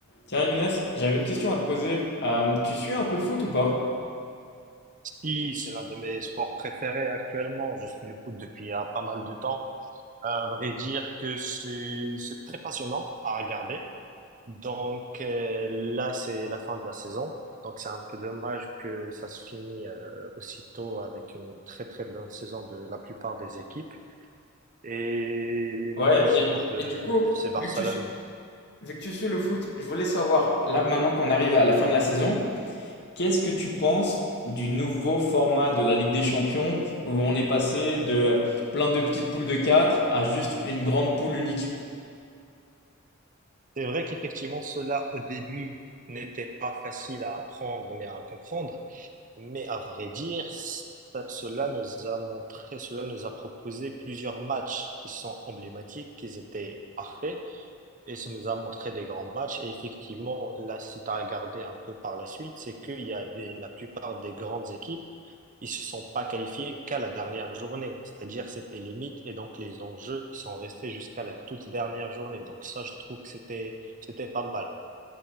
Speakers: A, on the left; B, on the right.
A: Tiens Younes, j'avais une question à te poser. Euh, tu suis un peu le foot ou pas?
B: Oui, c'est l'un de mes sports préférés actuellement. Je suis le foot depuis euh, pas mal de temps. À vrai dire que c'est c'est très passionnant à regarder. Donc euh, là, c'est la fin de la saison. Donc c'est un peu dommage que ça se finit euh, aussitôt avec une très très bonne saison de la plupart des équipes. Et
A: Ouais,
B: moi, je supporte
A: et,
B: le,
A: et du coup,
B: le FC Barcelone.
A: vu que tu, su- vu que tu suis le foot, je voulais savoir, là maintenant qu'on arrive à la fin de la saison, qu'est-ce que tu penses du nouveau format de la Ligue des Champions où on est passé de plein de petites poules de 4 à juste une grande poule unique?
B: C'est vrai qu'effectivement, cela au début n'était pas facile à apprendre ni à comprendre. Mais à vrai dire, ça- cela nous a montré, cela nous a proposé plusieurs matchs qui sont emblématiques, qui étaient parfaits, et ça nous a montré des grands matchs. Et effectivement, là, si tu as regardé un peu par la suite, c'est qu'il y a des, la plupart des grandes équipes, ils se sont pas qualifiés qu'à la dernière journée. C'est-à-dire, c'était limite, et donc les enjeux sont restés jusqu'à la toute dernière journée. Donc ça, je trouve que c'était, c'était pas mal.